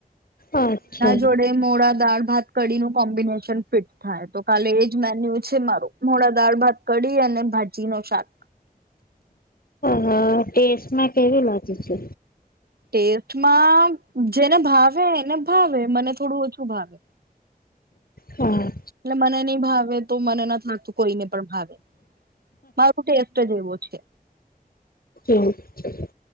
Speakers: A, on the left; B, on the right.
A: અચ્છા
B: જોડે મોડા દાળ ભાત કઢીનું કોમ્બિનેશન ફિટ થાય તો કાલે એ જ મેન્યુ છે મારો મોડા દાળ ભાત કઢી અને ભાજી નો શાક.
A: હ ટેસ્ટમાં કેવુ લાગે છે.
B: ટેસ્ટમાં જેને ભાવે એને ભાવે મને થોડું ઓછું ભાવે,
A: હા
B: એટ મને નઈ ભાવે તો મને નથી લાગતું કોઈને પણ ભાવે માર ટેસ્ટ જ એવો છે,
A: હા